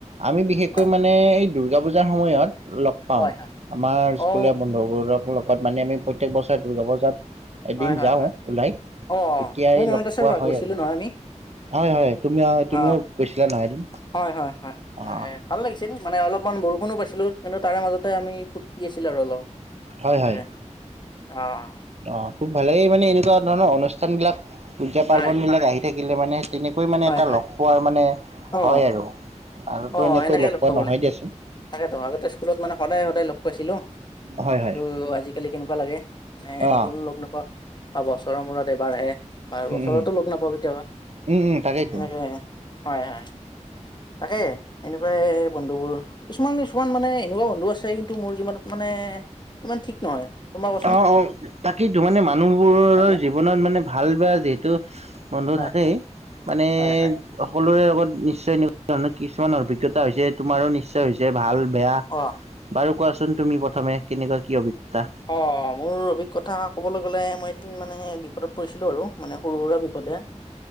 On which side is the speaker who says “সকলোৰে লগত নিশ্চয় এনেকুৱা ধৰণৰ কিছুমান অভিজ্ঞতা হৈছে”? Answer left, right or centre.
Right